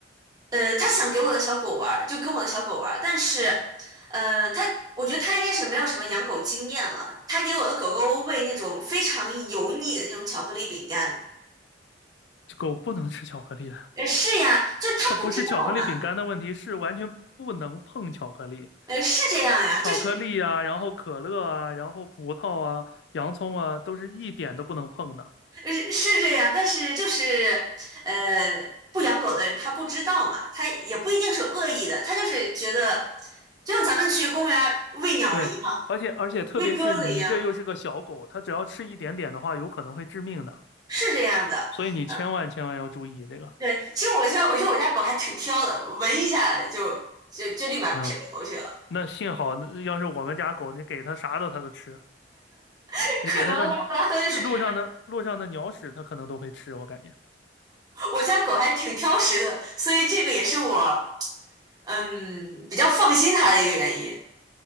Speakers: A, on the right (about 20°); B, on the left (about 70°).
A: 呃，他想给我的小狗玩儿就跟我的小狗玩儿但是，呃，他我觉得他应该是没有什么养狗经验了，他给我的狗狗喂那种非常油腻的那种巧克力饼干。
B: 狗不能吃巧克力的，
A: 呃，是呀，就是他不知道嘛。
B: 它不是巧克力饼干的问题，是完全不能碰巧克力。
A: 呃，是这样呀，
B: 巧克力啊，
A: 就是
B: 然后可乐啊，然后葡萄啊，洋葱啊，都是一点都不能碰的。
A: 呃是是这样，但是就是呃，不养狗的人他不知道嘛，他也不一定是恶意的，他就是觉得，就像咱们去公园儿喂鸟儿一样，
B: 对，而且而且特别是你这又是个小狗，
A: 喂鸽子一样，
B: 它只要吃一点点的话，有可能会致命的。
A: 是这样的。
B: 所以你千万千万要注意这个。
A: 嗯，对，其实我家我觉得我家狗还挺挑的，闻一下就就就立马撇过头去了。
B: 嗯，那幸好，那要是我们家狗，你给它啥的它都吃。
A: <laughs>
B: 你给它个
A: 可能拉布拉多就是这样
B: 路上的路上的鸟屎，它可能都会吃，我感觉。
A: 我家狗还挺挑食的，所以这个也是我嗯比较放心它的一个原因。